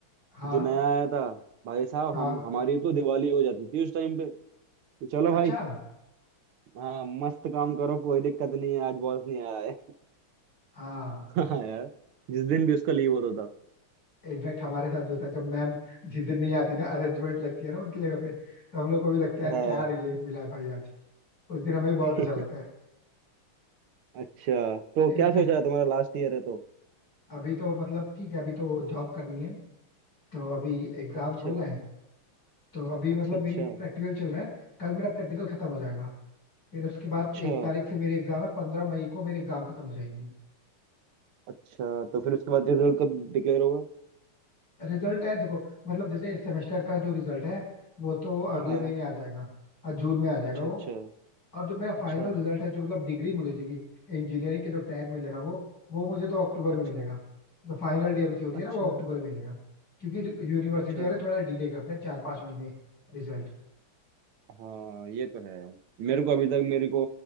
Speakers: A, on the left; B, on the right.
A: हाँ
B: जो नया आया था भाई साहब
A: हाँ
B: हम हमारी तो दिवाली हो जाती थी उस टाइम पे कि चलो भाई
A: अच्छा
B: हाँ मस्त काम करो कोई दिक्कत नहीं है आज बॉस नहीं आया है
A: हाँ
B: <laughs> हाँ यार जिस दिन भी उसका लीव होता था
A: इनफैक्ट हमारे साथ भी होता है जब मैम जिस दिन नहीं आती ना अरेंजमेंट लगती है ना उनकी जगह पे तो हम लोग को भी लगता है यार
B: हाँ
A: क्या रिलीफ मिला है भाई आज उस दिन हमें भी बहुत
B: <laughs>
A: अच्छा लगता
B: अच्छा तो
A: है इनफैक्ट
B: क्या सोचा है तुम्हारा लास्ट ईयर है तो
A: अभी तो मतलब ठीक है अभी तो जॉब करनी है तो अभी एग्जाम्स
B: अच्छा
A: हो जाए तो अभी मतलब
B: अच्छा अच्छा
A: मेरी प्रैक्टिकल चल रहा है कल मेरा प्रैक्टिकल खत्म हो जाएगा फिर उसके बाद
B: अच्छा
A: एक तारीख से मेरी एग्जाम है पंद्रह मई को मेरी एग्जाम खत्म हो जाएगी
B: अच्छा तो फिर उसके बाद रिजल्ट कब डिक्लेयर होगा
A: रिजल्ट है देखो मतलब जैसे इस सेमेस्टर का जो रिजल्ट है वो तो अगले
B: हाँ
A: महीने आ जाएगा और जून में आ जाएगा
B: अच्छा
A: वो
B: अच्छा
A: और जो मेरा
B: अच्छा
A: फाइनल रिजल्ट है जो मतलब डिग्री मिलेगी इंजीनियरिंग के जो टैग मिलेगा वो वो मुझे तो अक्टूबर
B: अच्छा
A: में मिलेगा जो फाइनल डीएमसी होती है
B: अच्छा
A: ना वो अक्टूबर में मिलेगा क्योंकि यूनिवर्सिटी
B: अच्छा
A: वाले थोड़ा डिले करते हैं चार पांच महीने रिजल्ट
B: हाँ ये तो है मेरे को अभी तक मेरे को